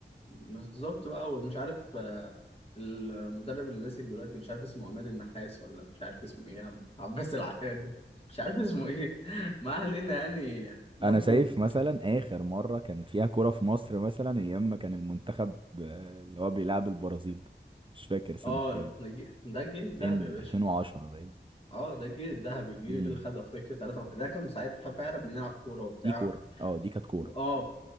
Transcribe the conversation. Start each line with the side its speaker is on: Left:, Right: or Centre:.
Left: بالظبط بقى ومش عارف آه، المدرب اللي ماسك دلوقتي مش عارف اسمه عماد النحاس ولا مش عارف اسمه ايه عب- عباس العقاد مش عارف اسمه ايه <laughs> ما علينا يعني برضو
Right: انا شايف مثلا اخر مره كان فيها كوره في مصر مثلا ايام ما كان المنتخب آه، اللي هو بيلعب البرازيل ده. مش فاكر سنه
Left: اه
Right: كام
Left: الج- ده الجيل الذهبي
Right: 2000
Left: يا باشا
Right: 2010 باين
Left: اه ده الجيل الذهبي الجيل
Right: امم
Left: اللي خد افريقيا ثلاثة ده كان ساعتها فعلا بنلعب كورة وبتاع
Right: دي كوره اه دي كانت كوره
Left: اه